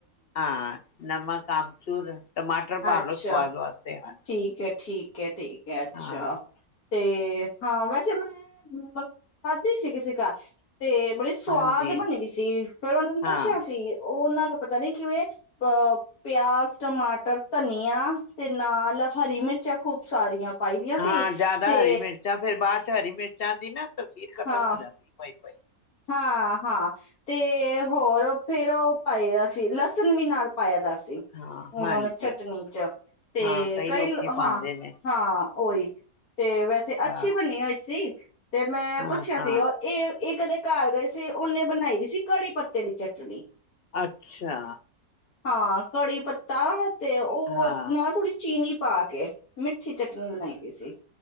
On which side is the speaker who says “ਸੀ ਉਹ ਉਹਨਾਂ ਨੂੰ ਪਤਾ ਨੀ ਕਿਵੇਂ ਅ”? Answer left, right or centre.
Left